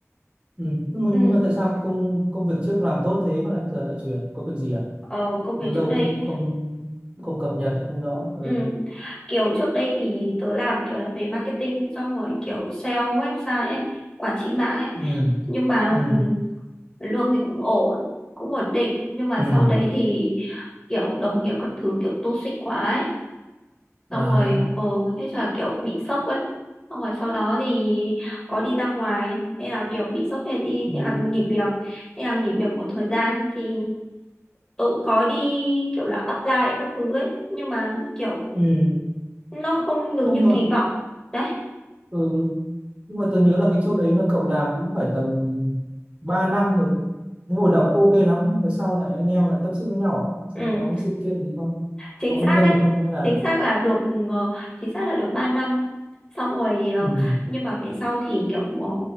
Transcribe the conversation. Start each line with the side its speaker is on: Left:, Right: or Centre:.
Right: Ừ. Nhưng mà,
Left: Ừ,
Right: nhưng mà tại sao công công việc trước làm tốt thế mà lại giờ lại chuyển? Có việc gì à?
Left: ờ, công
Right: Lâu
Left: việc
Right: lâu
Left: trước đây
Right: cũng không không cập nhật cũng không rõ. Ừ.
Left: ừ, kiểu trước đây thì tớ làm kiểu là về marketing xong rồi kiểu sale website ấy, quản trị mạng ấy
Right: Ừ.
Left: nhưng mà
Right: Ừ.
Left: lương thì cũng ổn cũng ổn định nhưng mà
Right: Ừ.
Left: sau đấy thì kiểu đồng nghiệp các thứ kiểu toxic quá ấy xong
Right: À.
Left: rồi ờ thế là kiểu bị sốc ấy xong rồi sau đó thì có đi ra ngoài nên là kiểu bị sốc thế đi
Right: Ừ.
Left: thế là nghỉ việc thế là nghỉ việc một thời gian thì tôi cũng có đi kiểu là apply các thứ ấy nhưng mà kiểu
Right: Ừ.
Left: nó không được
Right: Không
Left: như
Right: nhờ
Left: kỳ vọng đấy
Right: ừ. nhưng mà tôi nhớ là cái chỗ đấy là cậu làm cũng phải tầm 3 năm rồi cái hồi đầu cũng ok lắm phải sau này anh em lại tiếp xúc với nhau à
Left: ừ
Right: sao có cái sự kiện gì không
Left: chính
Right: có nguyên
Left: xác
Right: nhân
Left: đấy
Right: gì không hay là
Left: chính xác là được ừ, ờ, chính xác là được 3 năm xong rồi ờ,
Right: ừ
Left: nhưng mà về sau thì kiểu ờ,